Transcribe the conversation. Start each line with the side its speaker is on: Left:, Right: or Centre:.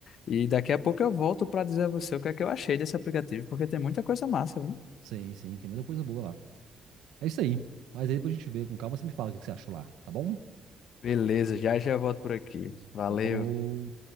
Left: E daqui a pouco eu volto para dizer a você o que é que eu achei desse aplicativo, porque tem muita coisa massa, viu?
Right: Sim, sim, tem muita coisa boa lá. É isso aí. Mas aí depois a gente vê com calma, você me fala o que que você achou lá, tá bom?
Left: Beleza, já já volto por aqui. Valeu.
Right: Então, falou.